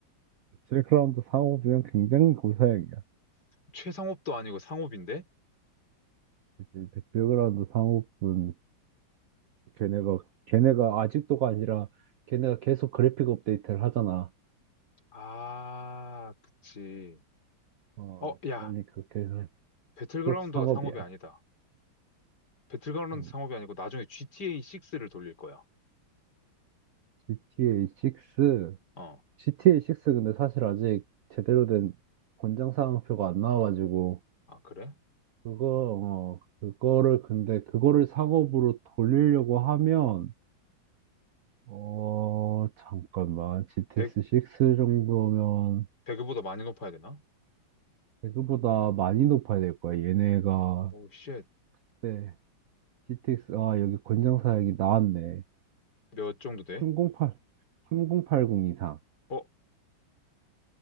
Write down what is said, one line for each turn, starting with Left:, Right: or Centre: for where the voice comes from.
Right: 배틀그라운드 상업이면 굉장히 고사양이야.
Left: 최상업도 아니고 상업인데?
Right: 그치? 배틀그라운드 상업은 걔네가 걔네가 아직도가 아니라 걔네가 계속 그래픽 업데이트를 하잖아.
Left: 아, 그치.
Right: 어,
Left: 어, 야,
Right: 그러니까 계속
Left: 배틀그라운드가
Right: 상업이야.
Left: 상업이 아니다. 배틀그라운드
Right: 음.
Left: 상업이 아니고 나중에 GTA 6를 돌릴 거야.
Right: GTA 6
Left: 어,
Right: GTA 6 근데 사실 아직 제대로 된 권장 사항표가 안 나와가지고
Left: 아, 그래?
Right: 그거 어 그거를 근데 그거를 상업으로 돌리려고 하면 어 잠깐만 GTS
Left: 배
Right: 6 정도면
Left: 배그보다 많이 높아야 되나?
Right: 배그보다 많이 높아야 될 거야 얘네가
Left: 오, 쉣.
Right: 네 GTX 아 여기 권장 사양이 나왔네
Left: 몇 정도 돼?
Right: 308 3080 이상
Left: 어,